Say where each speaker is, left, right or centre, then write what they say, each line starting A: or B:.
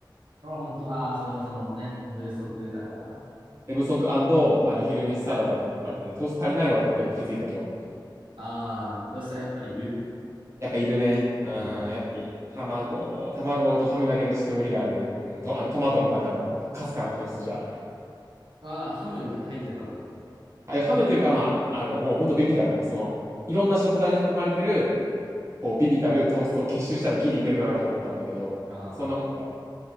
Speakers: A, on the right; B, on the right.
A: うん。あ、本当ああ、それはそのね、不足だから。
B: 寝不足あの昼飯サラダってのはやっぱりね、糖足りないわってことに気づいた今日。
A: ああ、そしたらやっぱりいる
B: やっぱいるね。うん、
A: あ
B: やっぱり卵、卵とハムだけじゃちょっと無理があるね。うん、と、あのトマトの中のかすかな糖質じゃ。
A: あ、ああ、ハムは入ってたんだ。
B: あ、いやハムっていうよりか、まあ、あの、もうほんとビビたる、もうその、いろんな食材に含まれてる、こう、ビビたる糖質を結集したらギリいけるかなと思ったんだけど、
A: ああ。
B: そんなことない。